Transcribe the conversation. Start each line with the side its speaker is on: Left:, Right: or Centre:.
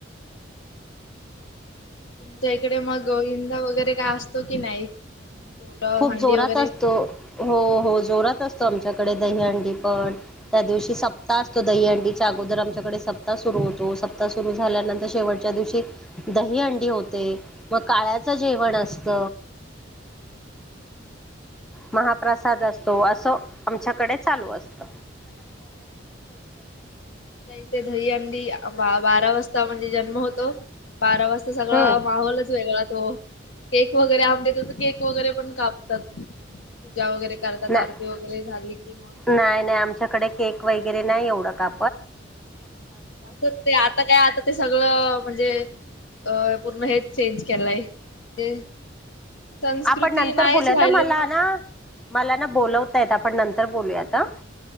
Left: तुमच्या इकडे मग गोविंदा वगैरे काय असतो कि नाही पोरं
Centre: खूप
Left: हंडी
Centre: जोरात
Left: वगैरे
Centre: असतो हो
Left: अच्छा
Centre: हो जोरात असतो आमच्याकडे दही अंडी पण त्या दिवशी सप्ताह असतो दही अंडीच्या अगोदर आमच्याकडे सप्ताह सुरू होतो सप आता सुरू झाल्यानंतर शेवटच्या दिवशी दही अंडी होते मग काळ्याचं जेवण असत
Left: ह
Centre: महाप्रसाद
Left: रात्री
Centre: असतो असं आमच्याकडे चालू असत
Left: इथे दही हंडी वा बारा वाजता म्हणजे जन्म होतो बारा वाजता सगळा
Centre: हम्म
Left: माहोलच वेगळा तो केक वगैरे आब देत तर केक वगैरे पण कापतात जा वगैरे करतात
Centre: नाही
Left: आरती वगैरे झाली कि मग
Centre: नाही नाही आमच्याकडे केक वगैरे नाही एवढं का
Left: अस ते आता काय आता ते सगळं म्हणजे अ पूर्ण हेच चेंज केलंय म्हणजे संस्कृती
Centre: आपण नंतर
Left: नाहीच
Centre: बोोलयात
Left: राहिले
Centre: मला ना मला ना बोलवता येत आपण नंत तर बोलूया आता